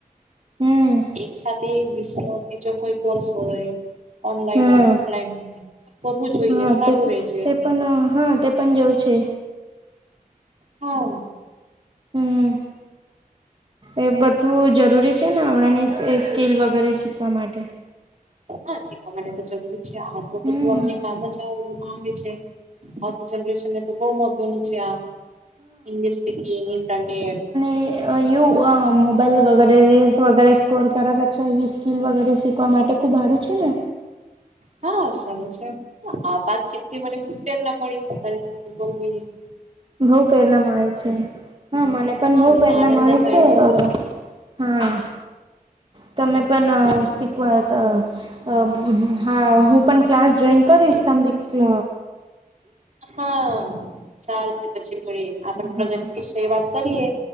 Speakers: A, on the right; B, on the right.
A: હમ
B: એક સાથે વીસ સવાલ એ જો કોઈ પણ સોયે ઓનલાઈન
A: હા
B: હોય, ઓફલાઈન હોય, કરવું જોઈએ
A: હા
B: સારું
A: તે
B: રેય છે.
A: તે હા, તે પણ જો છે.
B: હં,
A: હમ એ બધું જરૂરી છે ને અમણાંની એસ સ્કીલ વગેરે શીખવા માટે
B: હા, શીખવા માટે તો જરૂરી છે, આ તો
A: હમ
B: બધ્ધું આપણે કામ જ આવે આવે છે, આવતી જનરેશનને તો બઉ મહત્વનું છે આ ઇન્વેસ્ટિગેટ અને
A: એ-અ-યું-અ-મ <unintelligible> બાઈલ વગેરે, રીલ્સ વગેરે, સ્કોર કરાવે છે એવી સ્કીલ વગેરે શીખવા માટે ખૂબ હારું છે ને?
B: હા, સરું છે હ, આ વાત ચીત થી માને પ્રેરના મળી. એક જ મિનિટ.
A: બો પ્રેરણા મળે છે, હા, મને પણ
B: હા
A: બો
B: મને
A: પેરના
B: આનંદ
A: મળી
B: થયો
A: છે
B: હતો
A: અ હા, તમે પણ શીકવા ત અ હા, હું પણ ક્લાસ જોઈન કરીશ તમ બી ક્લ
B: હા. ચાલશે પછી મળીએ, આપણન
A: હા
B: પ્રગતિ વિશે વાત કરીએ,